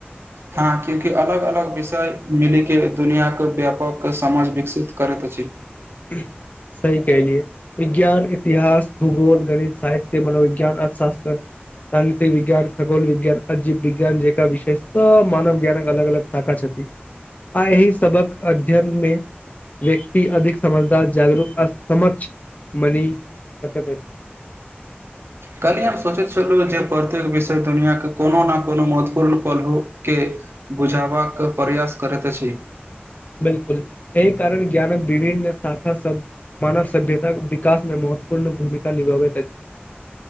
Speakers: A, on the right; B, on the left.
A: हँ क्यूकि अलग- अलग विषय मिली के दुनिया। व्यापक समाज विकसित। करत छै। <unintelligible>
B: <unintelligible> सही कलियए विज्ञान इतिहास भूगोल गणित साहित्य। मनोविज्ञान अर्थशास्त्र राजनीिक विज्ञान खगोल विज्ञान अजीव विज्ञान जेका विषय सब मानव विज्ञानक अलग अलग शाखा छथि। आ एहि सबक अध्ययन मे <unintelligible> व्यक्यक। अधिक। <unintelligible> समझदार जागरूक आ समक्ष बनि सकैत <unintelligible> अछि।
A: कल्हि हम सोचैत छलहुँ जे प्रत्येक विषय दुनिआके कोनो ने कोनो महत्वपूर्ण पलोककेँ बुझबाक प्रयास करैत अछि। <unintelligible>
B: बिलकुल एहि कारण ज्ञानक विभिन्न शाखा सब मानव सभ्यतााक विकास मे महत्वपूर्ण भूमिका निभाबैत अछि। <unintelligible>